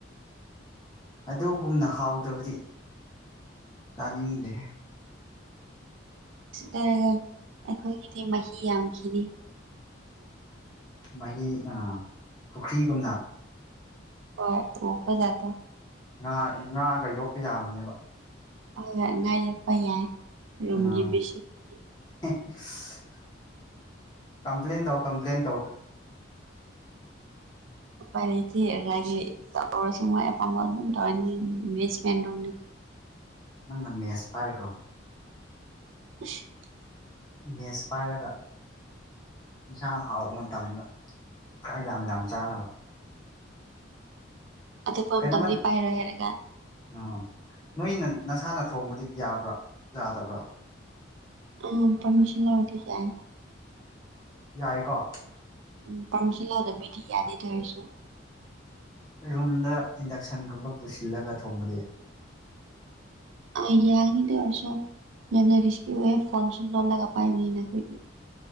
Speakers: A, on the left; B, on the right.
A: ꯑꯗꯨꯒꯨꯝꯅ ꯍꯥꯎꯗꯕꯗꯤ ꯆꯥꯅꯤꯡꯗꯦ
B: ꯁꯤ ꯂꯩꯔꯒ ꯑꯩꯈꯣꯏꯒꯤꯗꯤ ꯃꯍꯤ ꯌꯥꯝꯈꯤꯅꯤ
A: ꯃꯥꯒꯤ ꯄꯨꯈ꯭ꯔꯤꯒꯨꯝꯅ
B: ꯍ ꯎꯄ
A: ꯉꯥ ꯉꯥꯒ ꯌꯣꯛꯄ ꯌꯥꯕꯅꯦꯕ
B: ꯍ ꯉꯥꯏ ꯌꯦꯛꯄ ꯌꯥꯏ ꯔꯨꯝꯒꯤ
A: ꯎꯝ
B: ꯕꯤꯁꯤꯗꯨꯗꯤ
A: <unintelligible> ꯀꯝꯄ꯭ꯂꯦꯟ ꯇꯧ ꯀꯝꯄ꯭ꯂꯦꯟ ꯇꯧ
B: ꯄꯥꯏꯗꯤꯔꯒꯦ ꯇꯧꯔꯁꯤ ꯑꯦꯐꯥꯝꯝ ꯊꯧ ꯏꯚꯦꯁꯃꯦꯟ ꯂ
A: ꯅꯪꯅ ꯃꯦꯁ ꯄꯥꯏꯔꯤꯈ꯭ꯔꯣ
B: <unintelligible>
A: ꯃꯦꯁ ꯄꯥꯏꯔꯒ ꯏꯟꯁꯥꯡ ꯍꯥꯎꯕ ꯃꯇꯝꯗ ꯈ ꯌꯥꯝ ꯌꯥꯝ ꯆꯥꯅꯕ
B: ꯑꯇꯣꯞꯄ
A: ꯀꯩꯅꯣꯃ
B: ꯃꯇꯝꯗꯤ ꯄꯥꯏꯔꯣꯏ ꯍꯥꯏꯔꯒ
A: ꯑꯥ ꯅꯣꯏꯅ ꯅꯁꯥꯅ ꯊꯣꯡꯕꯗꯤ ꯌꯥꯕ꯭ꯔꯥ ꯌꯥꯗꯕ꯭ꯔꯥ
B: ꯎꯝ ꯄꯔꯃꯤꯁꯟ ꯂꯇ ꯀꯑꯦ
A: ꯌꯥꯏꯀꯣ
B: ꯎꯝ ꯄꯥꯝꯁꯤꯜꯂꯑꯣꯗꯕꯤꯗꯤ ꯌꯥꯗꯦꯗꯔꯁꯨ
A: ꯔꯨꯝꯗ ꯏꯟꯗꯛꯁꯟꯒꯨꯝꯕ ꯄꯨꯁꯤꯜꯂꯒ ꯊꯣꯡꯃꯗꯦ
B: ꯑ ꯌꯥꯒꯅꯤꯗ ꯋꯥꯔꯁꯣ ꯌꯥꯝꯅ ꯔꯤꯁꯀꯤ ꯑꯦ ꯐꯣꯟ ꯆꯣꯟ ꯂꯂꯣꯟꯂꯒ ꯄꯥꯏꯃꯤꯅꯤꯅ ꯈꯣꯏꯗꯤ